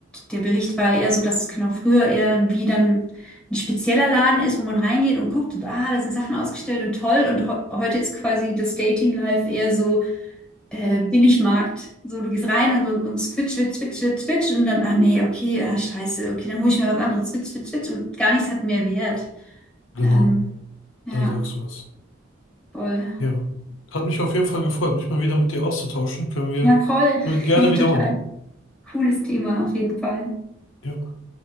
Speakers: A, in the centre; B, on the left.
A: der Bericht war eher so, dass es genau früher eher wie dann ein spezieller Laden ist, wo man reingeht und guckt und ah, da sind Sachen ausgestellt und toll. Und ho heute ist quasi das Dating-Life eher so, äh, Billigmarkt. So, du gehst rein und, so und switch, switch, switch, switch, switch und dann, ah nee, okay, ah, scheiße, okay, dann hole ich mir was anderes, switch, switch, switch und gar nichts hat mehr Wert.
B: Genau,
A: Ähm, ja,
B: dann sagst du was.
A: voll.
B: Ja. Hat mich auf jeden Fall gefreut, mich mal wieder mit dir auszutauschen. Können wir,
A: Ja, voll.
B: können wir gerne
A: <laughs> Ja,
B: wiederholen.
A: total cooles Thema auf jeden Fall.
B: Ja.